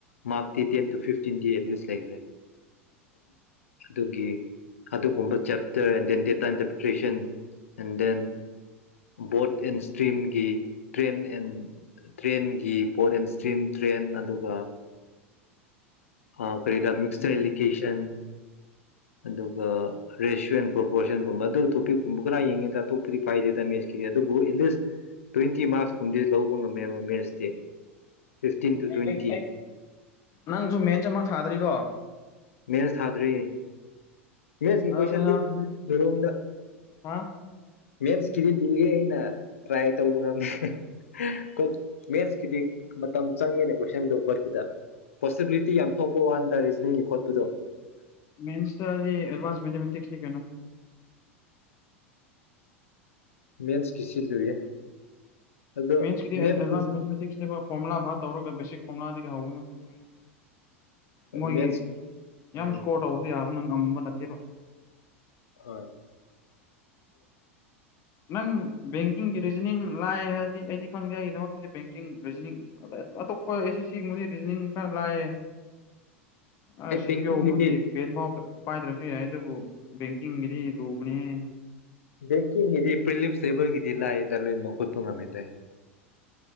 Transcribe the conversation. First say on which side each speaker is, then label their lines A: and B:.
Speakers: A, on the left; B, on the left.
A: ꯃꯥꯔꯛꯇꯤ ꯇꯦꯟ ꯇꯨ ꯐꯤꯐꯇꯤꯟꯗꯤ ꯑꯦꯠꯂꯤꯁ ꯂꯩꯈ꯭ꯔꯦ ꯑꯗꯨꯒꯤ ꯑꯗꯨꯒꯨꯝꯕ chapter and then data interpretation and then boat and ꯏꯁꯇ꯭ꯔꯤꯝꯒꯤ ꯇ꯭ꯔꯦꯟ ꯑꯦꯟ ꯇ꯭ꯔꯦꯟꯒꯤ ꯕꯣꯠ ꯑꯦꯟ ꯏꯁꯇ꯭ꯔꯤꯝ ꯇ꯭ꯔꯦꯟ ꯑꯗꯨꯒ ꯑꯥ ꯀꯔꯤꯔꯉ ꯃꯤꯁꯇꯔ
B: ꯎꯝ
A: ꯑꯦꯂꯤꯀꯦꯁꯟ ꯑꯗꯨꯒ ꯔꯦꯁꯤꯑꯣ ꯑꯦꯟ ꯄ꯭ꯔꯣꯄꯣꯁꯟꯒꯨꯝꯕ ꯑꯗꯨ ꯇꯣꯄꯤꯛꯀꯨꯝꯕ ꯈꯔ ꯌꯦꯡꯉꯤꯗ ꯑꯇꯣꯞꯄꯗꯤ ꯄꯥꯏꯗꯦꯗꯥ ꯃꯦꯠꯁꯀꯤꯗꯤ ꯑꯗꯨꯕꯨ ꯑꯦꯠꯂꯤꯁ ꯇ꯭ꯋꯦꯟꯇꯤ ꯃꯥꯔꯛꯁ ꯀꯨꯝꯕꯗꯤ ꯂꯧꯕ ꯉꯝꯃꯦꯕ ꯃꯦꯠꯁꯇꯤ ꯐꯤꯐꯇꯤꯟ ꯇꯨ
B: ꯑꯩ
A: ꯇ꯭ꯋꯦꯟꯇꯤ
B: ꯑꯩ ꯑꯩ ꯅꯪꯁꯨ ꯃꯦꯟꯁ ꯑꯃ ꯊꯥꯗ꯭ꯔꯤꯀꯣ
A: ꯃꯦꯁ ꯊꯥꯗ꯭ꯔꯤ ꯃꯦꯠꯁꯀꯤ
B: ꯑꯗꯨꯗꯤ
A: ꯀꯣꯏꯁꯟꯗꯤ ꯍꯣꯏꯔꯣꯡꯗ
B: ꯅꯪ
A: ꯃꯦꯟꯁꯀꯤꯗꯤ ꯂꯨꯌꯦ ꯑꯩꯅ ꯇ꯭ꯔꯥꯏ ꯇꯧꯈ꯭ꯔꯕꯅꯦ ꯀꯣ ꯃꯦꯠꯁꯀꯤꯗꯤ ꯃꯇꯝ ꯆꯪꯉꯦꯅ ꯀꯣꯏꯁꯟꯗꯨ ꯍꯣꯠꯄꯗ ꯄꯣꯁꯤꯕꯤꯂꯤꯇꯤ ꯌꯥꯝ ꯊꯣꯛꯄ ꯋꯥꯟꯗ ꯔꯤꯖꯅꯤꯡꯒꯤ ꯍꯣꯠꯄꯗꯣ
B: ꯃꯦꯁꯇꯗꯤ ꯑꯦꯚꯁ ꯃꯦꯊꯃꯦꯇꯁ ꯀꯩꯅꯣ
A: ꯃꯦꯟꯁꯀꯤꯁꯤ ꯂꯨꯏꯌꯦ ꯑꯗꯣ
B: ꯃꯦꯟꯁꯀꯤꯗꯤ ꯑꯦꯕꯥꯁ
A: ꯃꯦꯟꯁ
B: ꯃꯦꯊꯃꯦꯇꯤꯁꯅꯦꯕ ꯐꯣꯔꯃꯨꯂꯥ ꯇꯧꯔꯒ ꯕꯦꯁꯤꯛ ꯐꯣꯔꯃꯨꯂꯥꯗꯒꯤ ꯍꯧꯕꯅꯦꯕ ꯑꯗꯨꯒꯤꯅꯤ ꯃꯣꯏꯒꯤ
A: ꯃꯦꯟꯁ
B: ꯌꯥꯝ
A: ꯎꯝ
B: ꯏꯁꯀꯣꯔ ꯇꯧꯕꯁꯨ ꯌꯥꯕ ꯉꯝꯕꯁꯨ ꯅꯠꯇꯦꯕꯥ
A: ꯍꯣꯏ
B: ꯅꯪ ꯕꯦꯡꯀꯤꯡꯒꯤ ꯔꯤꯖꯅꯤꯡ ꯂꯥꯛꯑꯦ ꯍꯥꯏꯔꯗꯤ ꯑꯩꯗꯤ ꯈꯪꯗꯦ ꯑꯩꯒꯤꯗꯃꯛꯇꯗꯤ ꯕꯦꯡꯀꯤꯡ ꯔꯤꯖꯅꯤꯡ ꯑꯇꯣꯞꯄ ꯑꯦꯁꯤꯁꯤ ꯒꯨꯝꯕꯅꯤ ꯔꯤꯖꯅꯤꯡ ꯈꯔ ꯂꯥꯏꯑꯦ ꯑꯔꯁꯤꯄꯤꯌꯣ
A: ꯑꯩ ꯕꯦꯡꯀꯤꯡꯒꯤꯗꯤ
B: ꯐꯥꯎꯕꯗꯤ ꯕꯦꯡ ꯐꯥꯎꯗ ꯄꯥꯏꯗ꯭ꯔꯁꯨ ꯌꯥꯏ ꯑꯗꯨꯕꯨ ꯕꯦꯡꯀꯤꯡꯒꯤꯗꯤ ꯂꯨꯕꯅꯤꯍꯦ
A: ꯕꯦꯡꯀꯤꯒꯤꯗꯤ ꯄ꯭ꯔꯤꯂꯤꯞꯁ ꯂꯩꯕꯒꯤꯗꯤ ꯂꯥꯏ ꯗ ꯂꯣꯏꯃꯛ ꯍꯣꯠꯄ ꯉꯝꯃꯦꯗꯥ